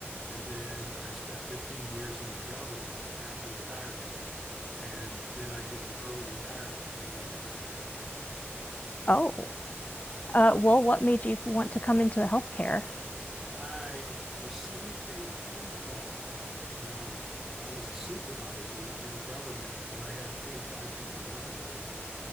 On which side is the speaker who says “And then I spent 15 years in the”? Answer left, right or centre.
Centre